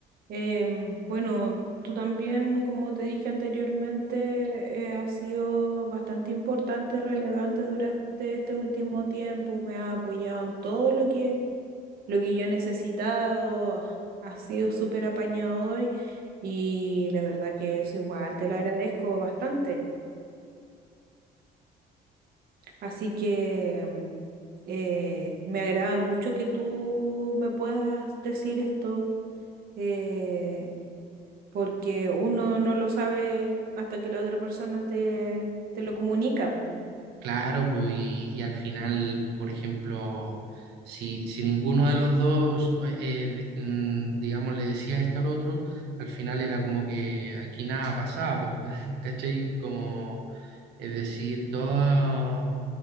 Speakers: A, on the right (about 65°); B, on the right (about 85°).
A: Em, bueno, tú también, como te dije anteriormente, eh, has sido bastante importante y relevante durante este último tiempo. Me has apoyado en todo lo que, lo que yo he necesitado. Has sido súper apañador y, y la verdad que eso igual te lo agradezco bastante. Así que em, eh, me agrada mucho que tú me puedas decir esto. eh, porque uno no lo sabe hasta que la otra persona te, te lo comunica. po.
B: Claro, pues, y, y al final, por ejemplo, si, si ninguno de los dos, eh, eh, de- mm, digamos, le decía esto al otro, al final era como que aquí nada pasaba, pues, <laughs> ¿cachai? Como, es decir, todo,